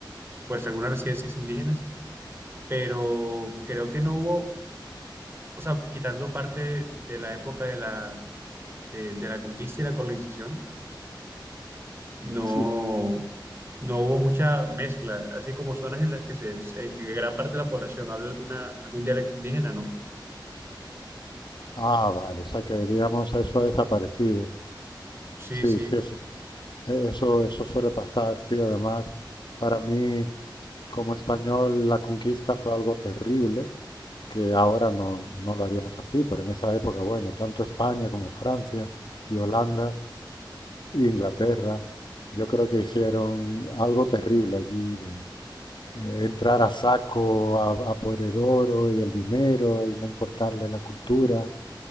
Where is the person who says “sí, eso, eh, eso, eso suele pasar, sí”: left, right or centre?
Left